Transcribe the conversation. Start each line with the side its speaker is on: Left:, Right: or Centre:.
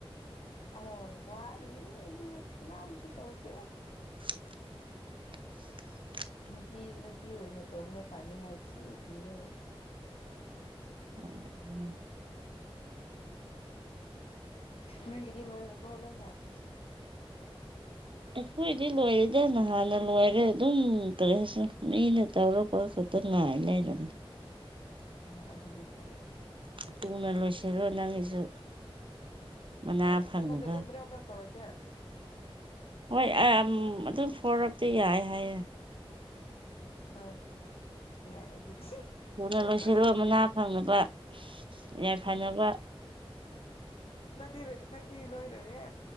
Left: ꯑ ꯋꯥꯠꯂꯤ ꯑꯩꯗꯤ ꯀꯅꯥ ꯑꯃꯁꯁꯨ ꯇꯧꯗꯦ
Right: <unintelligible>
Left: ꯅꯨꯄꯤ ꯅꯨꯄꯤ ꯑꯣꯏꯅ ꯇꯧꯕꯅ ꯐꯅꯤ ꯍꯥꯏ ꯊꯤ ꯊꯤꯔꯦꯒ
Right: ꯑꯣ ꯎꯝ
Left: ꯅꯪꯒꯤꯗꯤ ꯂꯣꯏꯔꯕ꯭ꯔꯣ ꯂꯣꯏꯅ
Right: ꯑꯩꯈꯣꯏꯗꯤ ꯂꯣꯏꯔꯗ ꯅꯍꯥꯟꯅ ꯂꯣꯏꯔꯦ ꯑꯗꯨꯝ ꯀꯔꯤꯁꯨ ꯃꯤꯅ ꯇꯧꯔꯛꯄ ꯈꯛꯇ ꯇ ꯉꯥꯏ ꯂꯩꯔꯝꯅꯤ
Left: ꯎ ꯑꯗꯨꯗꯤ ꯐꯩꯌꯦ
Right: ꯇꯨꯅ ꯂꯣꯏꯁꯤꯜꯂꯣꯏ ꯅꯪꯒꯤꯁꯨ ꯃꯅꯥ
Left: ꯍꯣꯢ
Right: ꯐꯪꯅꯕ
Left: ꯑꯗꯨꯝꯕ꯭ꯔ ꯑꯣꯝ꯭ꯔꯒ ꯇꯧꯔꯀꯦ
Right: ꯍꯣꯏ ꯑꯗꯨꯝ ꯐꯣꯔꯣꯔꯛꯇ ꯌꯥꯏ ꯍꯥꯏꯌꯦ
Left: ꯍꯣꯏ ꯌꯥꯏ ꯑꯗꯨꯗꯤ
Right: ꯊꯨꯅ
Left: ꯇꯧꯔꯛꯀꯅꯤ
Right: ꯂꯣꯏꯁꯤꯜꯂꯣ ꯃꯅꯥ ꯐꯪꯅꯕ ꯌꯥꯏꯐꯅꯕ
Left: ꯅꯪꯗꯤꯣꯏ ꯅꯪꯗꯤ ꯂꯣꯏ ꯂꯣꯏꯔꯦ